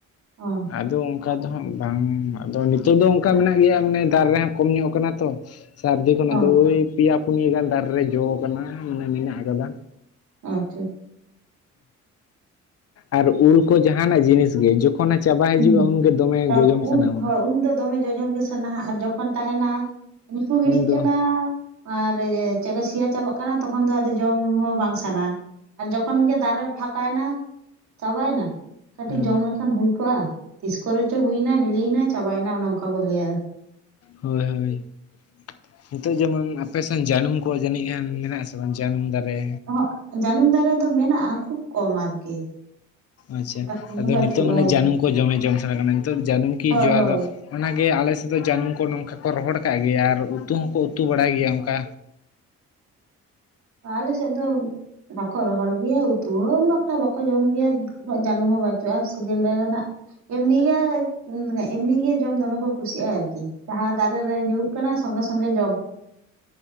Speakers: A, on the right; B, on the left.
A: ᱚ
B: ᱟᱫᱚ ᱚᱱᱠᱟ ᱫᱚ ᱦᱟᱜ ᱵᱟᱝ ᱟᱫᱚ ᱱᱤᱛᱳ ᱫᱚ ᱚᱱᱠᱟ ᱢᱮᱱᱟᱜ ᱜᱮᱭᱟ ᱢᱟᱱᱮ ᱫᱟᱨᱮ ᱦᱚᱸ ᱠᱚᱢ ᱧᱚᱜ ᱟᱠᱟᱱᱟ ᱛᱚ ᱥᱟᱹᱨᱫᱤ ᱠᱷᱚᱱ
A: ᱚ
B: ᱟᱫᱚ ᱳᱭ ᱯᱮᱭᱟ ᱯᱩᱱᱭᱟᱹ ᱜᱟᱱ ᱫᱟᱨᱮ ᱨᱮ ᱡᱚ ᱠᱟᱱᱟ ᱢᱟᱱᱮ ᱢᱮᱱᱟᱜ ᱟᱠᱟᱫᱟ
A: ᱟᱪᱪᱷᱟ
B: ᱟᱨ ᱩᱞ ᱠᱚ ᱡᱟᱦᱟᱱᱟᱜ ᱡᱤᱱᱤᱥ ᱜᱮ ᱡᱚᱠᱷ... ᱠᱷᱚᱱ ᱮ ᱪᱟᱵᱟ ᱦᱤᱡᱩᱜᱼᱟ
A: ᱦᱩᱸ
B: ᱩᱱᱜᱮ ᱫᱚᱢᱮ
A: ᱛᱟᱵ
B: ᱡᱚᱡᱚᱢ
A: ᱩᱱ
B: ᱥᱟᱱᱟᱣᱟ
A: ᱦᱳᱭ ᱩᱱᱫᱚ ᱫᱚᱢᱮ ᱡᱚᱡᱚᱢ ᱜᱮ ᱥᱟᱱᱟᱣᱟ ᱟᱨ ᱡᱚᱠᱷᱚᱱ ᱛᱟᱦᱮᱱᱟ ᱣᱩᱨᱩ ᱜᱤᱰᱤᱜ
B: ᱩᱱᱫᱚ
A: ᱠᱟᱱᱟ ᱟᱨ ᱪᱮᱫ ᱠᱚ ᱥᱮᱭᱟ ᱪᱟᱵᱟᱜ ᱠᱟᱱᱟ ᱛᱚᱠᱷᱚᱱ ᱫᱚ ᱟᱫᱚ ᱡᱚᱢ ᱦᱚᱸ ᱵᱟᱝ ᱥᱟᱱᱟᱣᱟ ᱟᱨ ᱡᱚᱠᱷᱚᱱ ᱜᱮ ᱫᱟᱨᱮ ᱯᱷᱟᱠᱟᱭ ᱮᱱᱟ ᱪᱟᱵᱟᱭ ᱮᱱᱟ ᱠᱟᱹᱴᱤᱡ
B: ᱦᱩᱸ
A: ᱡᱚᱢ ᱞᱮᱠᱷᱟᱱ ᱦᱩᱭ ᱠᱚᱜᱼᱟ ᱛᱤᱥ ᱠᱚᱨᱮᱪᱚ ᱦᱩᱭᱱᱟ ᱵᱤᱞᱤᱭᱮᱱᱟ ᱪᱟᱵᱟᱭᱮᱱᱟ ᱚᱱᱮ ᱝᱠᱟ ᱵᱚ ᱞᱟᱹᱭᱟ
B: ᱦᱳᱭ ᱦᱳᱭ ᱱᱤᱛᱚᱜ ᱡᱮᱢᱚᱱ ᱟᱯᱮᱥᱮᱱ ᱡᱟᱹᱱᱩᱢ ᱠᱚ ᱡᱟᱹᱱᱤᱡ ᱜᱟᱱ ᱢᱮᱱᱟᱜ ᱟᱥᱮ ᱵᱟᱝ ᱡᱟᱹᱱᱩᱢ ᱫᱟᱨᱮ
A: ᱦᱚᱸᱜ ᱡᱟᱹᱱᱩᱢ ᱫᱟᱨᱮ ᱫᱚ ᱢᱮᱱᱟᱜᱼᱟ ᱠᱷᱩᱵ ᱠᱚᱢ ᱟᱨᱠᱤ
B: ᱟᱪᱪᱷᱟ
A: ᱵᱟᱠᱷᱟᱱ
B: ᱟᱫᱚ
A: ᱫᱚ ᱵᱟᱹᱪᱩᱜᱼᱟ
B: ᱱᱤᱛᱚᱜ ᱢᱟᱱᱮ
A: ᱟᱨᱠᱤ
B: ᱡᱟᱹᱱᱩᱢ ᱠᱚ ᱫᱚᱢᱮ ᱡᱚᱢ ᱥᱟᱱᱟ ᱠᱟᱱᱟ ᱱᱤᱛᱚᱜ ᱡᱟᱹᱱᱩᱢ ᱠᱤ
A: ᱦᱳᱭ
B: ᱡᱚ
A: ᱦᱳᱭ
B: ᱟ ᱫᱚ ᱚᱱᱟᱜᱮ ᱟᱞᱮ ᱥᱮᱫ ᱫᱚ ᱡᱟᱹᱱᱩᱢ ᱠᱚ ᱱᱚᱝᱠᱟ ᱠᱚ ᱨᱚᱦᱚᱲ ᱠᱟᱜ ᱜᱮᱭᱟ ᱟᱨ ᱩᱛᱩ ᱦᱚᱸᱠᱚ ᱩᱛᱩ ᱵᱟᱲᱟᱭ ᱜᱮᱭᱟ ᱚᱱᱠᱟ
A: ᱟᱞᱮᱥᱮᱫ ᱫᱚ ᱵᱟᱠᱚ ᱨᱚᱦᱚᱲ ᱜᱮᱭᱟ ᱩᱛᱩ ᱦᱚᱸ ᱩᱱᱟᱹᱴᱟ ᱵᱟᱠᱚ ᱡᱚᱢ ᱜᱮᱭᱟ ᱩᱱᱟᱹᱜ ᱡᱟᱹᱱᱩᱢ ᱦᱚᱸ ᱵᱟᱹᱪᱩᱜᱼᱟ ᱥᱤᱡᱤᱱ ᱨᱮᱱᱟᱜ ᱮᱢᱱᱤ ᱜᱮ ᱢᱟᱱᱮ ᱮᱢᱱᱤ ᱜᱮ ᱡᱚᱢ ᱫᱚᱢᱮ ᱠᱚ ᱠᱩᱥᱤᱜ ᱟᱭ ᱟᱨᱠᱤ ᱡᱟᱦᱟᱸ ᱫᱟᱨᱮ ᱨᱮ ᱧᱩᱨᱩᱜ ᱠᱟᱱᱟᱭ ᱥᱚᱸᱜᱮ ᱥᱚᱸᱜᱮ ᱡᱚᱢ